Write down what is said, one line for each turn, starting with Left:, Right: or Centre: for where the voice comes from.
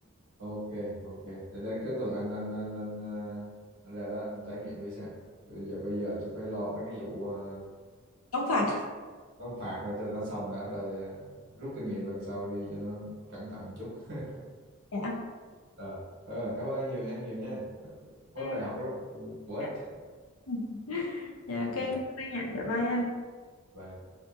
Right: ok ok để, để cái tuần anh anh anh anh, ờ, anh ra đó anh trải nghiệm thử xem bây giờ bây giờ thì phải lo mấy cái vụ ờ,
Left: đóng phạt
Right: đóng phạt rồi cho nó xong đã rồi ờ, rút kinh nghiệm lần sau đi cho nó cẩn thận một chút <laughs>
Left: dạ
Right: Ờ, ờ, cảm ơn nhiều em nhiều nha mất
Left: Ok,
Right: bài học rất là bổ ích
Left: dạ Ừ. dạ, ok
Right: Ờ,
Left: cảm ơn anh ạ dạ bye anh
Right: bye.